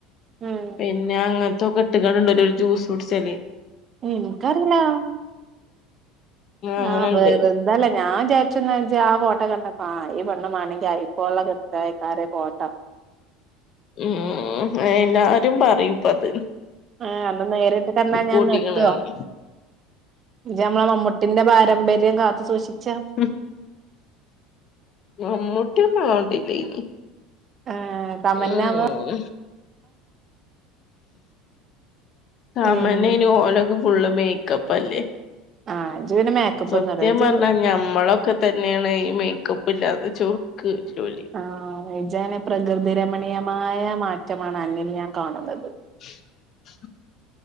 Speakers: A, on the right (about 40°); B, on the left (about 50°).
A: ഉം
B: പിന്നെ അങ്ങൻ തോക്കേട്ട്ങ്ങാണ്ട്ണ്ടൊരു ജൂസുട്ച്ചല്.
A: ഇൻക്കറീലാ.
B: അങ്ങനെണ്ട്
A: ആഹ് വെറ്തല്ല ഞാം വിചാരിച്ചു ന്നാ ഇജ്ജ് ആ ഫോട്ടോ കണ്ടപ്പോ ആഹ് ഈ പെണ്ണ് മാനങ്കി അയ് പൊള്ള കൃത്തയ്ക്കാരേ പോട്ടം.
B: ഉം എല്ലാരും പറയുംപ്പത്.
A: ഏഹ് അന്നേ നേരിട്ട് കണ്ടാ ഞാൻ
B: കൂട്ടിക്ക്ണ്ന്ന്
A: നെട്ടുവൊ. ഇജ്ജ് മ്മളെ മമ്മുട്ടിന്റെ പാരമ്പര്യം കാത്തു സൂക്ഷിച്ച്ആ.
B: ഉം മമ്മുട്ടി ഒന്നും ആവണ്ടീന്നി
A: ഏഹ് തമന്നാവാ
B: ഉം. സാമന്നെയ്ന്
A: ഉം
B: ഓലൊക്കെ ഫുള്ള് മേക്കപ്പ അല്ലേ.
A: ആഹ് ഇജ്ജ് പിന്നെ മേക്കപ്പൊന്നും
B: സത്യം
A: ഇട ഇജ്ജ്
B: പർഞ്ഞാ ഞമ്മളൊക്കെ തന്നേണ് ഈ മേക്കപ്പ് ഇല്ലാതെ ചെറ്ക്ക്ള്ളോല്.
A: ആഹ് ഇജ്ജയ്ന് പ്രകൃതി രമണീയമായ മാറ്റമാണ് അന്നിൽ ഞാൻ കാണുന്നത്.
B: <inaudible>